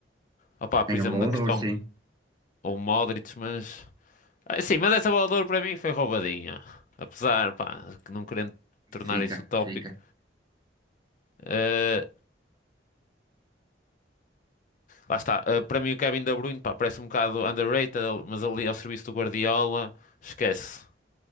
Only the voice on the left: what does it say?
Opa, por
exemplo,
na questão,
o Modric, mas. Ah, sim, mas essa bola de ouro para mim foi roubadinha. Apesar, pá, que não querendo tornar
isso utópico.
eh, lá está, eh, para mim o Kevin De Bruyne, pá, parece um bocado underrated, mas ali ao serviço do Guardiola, esquece.